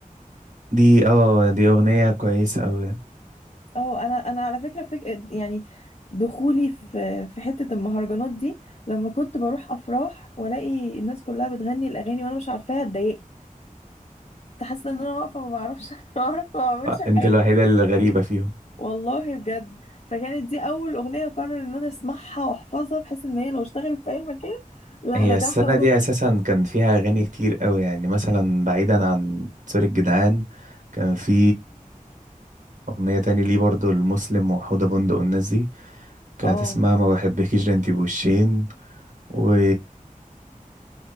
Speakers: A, on the right; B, on the left.
A: دي اه دي اغنيه كويسه قوي
B: اه انا انا على فكره فك... يعني دخولي في في حته المهرجانات دي لما كنت بروح افراح والاقي الناس كلها بتغني الاغاني وانا مش عارفاها اتضايقت كنت حاسه ان انا واقفه ما بعرفش <laughs> ما بعرف ما بعملش
A: انت
B: حاجه
A: الوحيده اللي غريبه فيهم
B: والله بجد فكانت دي اول اغنيه قرر ان انا اسمعها واحفظها بحيث ان هي لو اشتغلت في اي مكان لا
A: هي
B: انا جامده
A: السنه دي اساسا كان فيها اغاني كتير قوي يعني مثلا بعيدا عن سوري الجدعان كان في اغنيه تاني ليه برضو المسلم وحوده بندق والناس دي كانت
B: اه
A: اسمها ما بحبكيش ده انتي بوشين و